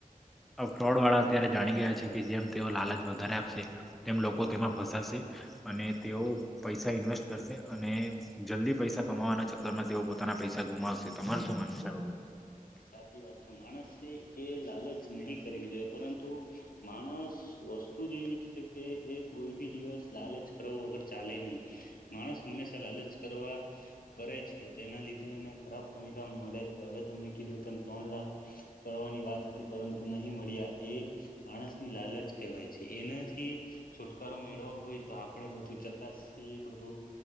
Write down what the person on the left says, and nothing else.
સાચી વાત છે માણસે એ લાલચ નહી કરવી જોઈએ પરંતુ માણસ વસ્તુ જ એવી છે કે એ કોઈ ભી દિવસ લાલચ કરો વગર ચાલે નહીં માણસ હંમે શા લાલચ કરવા કરે છે તેના લીધે એને ખરાબ પરિણામ મળે છે હવે તમે કીધું તેમ ત્રણ લાખ કરવાની વાત હતી પરંતુ નહી મળ્યા. એ માણસ ની લાલચ કેવાય છે એનાથી થી છુટકારો મેળવો હોય તો આપડે બધું ચકાસ બધું